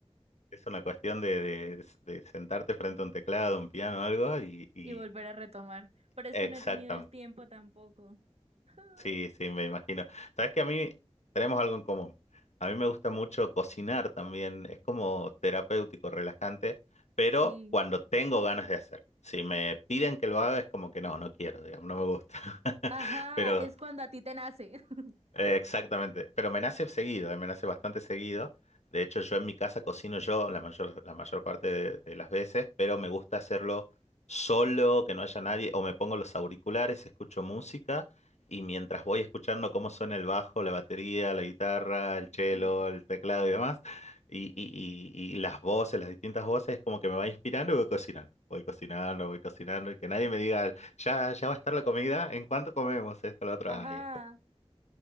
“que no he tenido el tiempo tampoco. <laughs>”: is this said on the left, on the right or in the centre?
Right